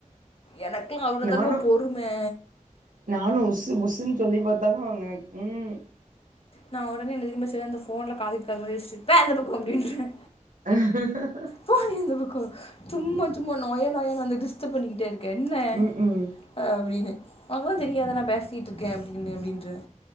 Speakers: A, on the left (about 45°); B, on the right (about 80°).
A: எனக்லா அவ்ளோ
B: நானு
A: தாங்க பொறுமே
B: நானு உசு புசுன்னு சொல்லி பாத்தாலு அவங்க உம்
A: நான் உடனே என்ன தெரிமா செய்வே அந்த ஃபோன்ல காது கேக்காத மாரி வச்சிட்டு பே அந்த பக்கோ அப்டின்றுவே
B: <inaudible>
A: போ நீ அந்த பக்கோ சும்மா சும்மா நொய நொயனு வந்து டிஸ்டர்ப் பண்ணிக்கிட்டே இருக்க என்ன
B: ம் ம்
A: அப்டினு அதான் தெரியாதா நான் பேசிட்டு இருக்கே அப்டின்னு அப்டின்ருவே